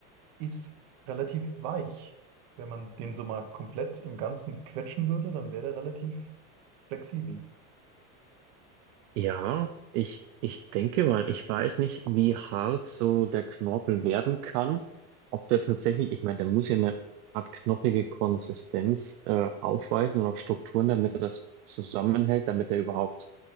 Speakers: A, on the right (about 60°); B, on the right (about 75°).
A: ist relativ weich. Wenn man den so mal komplett im Ganzen quetschen würde, dann wäre der relativ flexibel.
B: Ja, ich, ich denke mal, ich weiß nicht, wie hart so der Knorpel werden kann. Ob der tatsächlich, ich meine, der muss ja eine Art knochige Konsistenz äh, aufweisen und auch Strukturen, damit er das zusammenhält, damit er überhaupt,